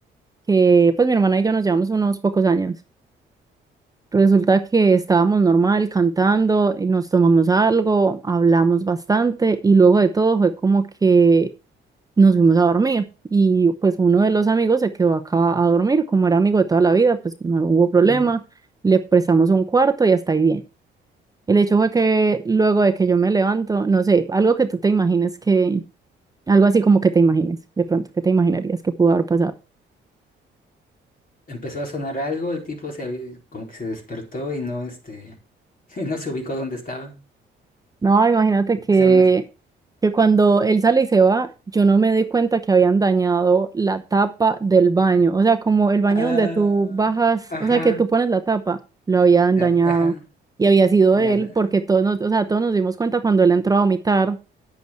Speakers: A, on the right; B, on the left.
A: que pues mi hermana y yo nos llevamos unos pocos años. Resulta que estábamos normal cantando, y nos tomamos algo, hablamos bastante y luego de todo fue como que nos fuimos a dormir y pues uno de los amigos se quedó acá a dormir, como era amigo de toda la vida, pues no hubo problema,
B: mm.
A: le prestamos un cuarto y hasta ahí bien. El hecho fue que luego de que yo me levanto, no sé, algo que tú te imagines que, algo así como que te imagines, de pronto, que te imaginarías que pudo haber pasado?
B: Empezó a sonar algo, el tipo se había- como que se despertó y no este <laughs> no se ubicó donde estaba.
A: No, imagínate
B: Empezaron
A: que,
B: a
A: que cuando él sale y se va, yo no me di cuenta que habían dañado la tapa del baño, o sea, como el baño
B: Ah,
A: donde tú bajas,
B: ajá,
A: o sea, que tú pones la tapa, lo habían
B: la,
A: dañado.
B: ajá,
A: Y había sido
B: la,
A: él,
B: de-
A: porque todos nos, o sea, todos nos dimos cuenta cuando él entró a vomitar